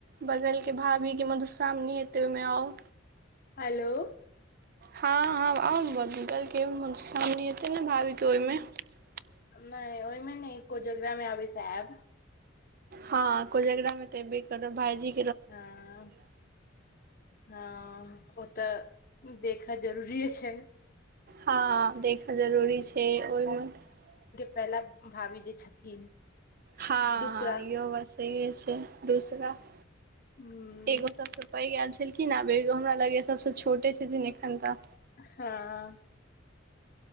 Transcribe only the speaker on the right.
बगल के भाभी के मधुश्रावणी हेते ओहिमे आउ।
हँ -हँ आउ कहलकै सामने एतै ने भाभीके ओहिमे। <unintelligible>
हँ को झगड़ामे तऽ भी करू भाइजी।
हँ देख। <unintelligible> जरूरी छै ओहिमे। <unintelligible>
हँ-
हँ इहो ब सहए छै दूसरा। <unintelligible>
एगो सबसँ पइ क। <unintelligible> खिन आबो हमरा ल सब। <unintelligible> <unintelligible> छोटे से दनेखनता।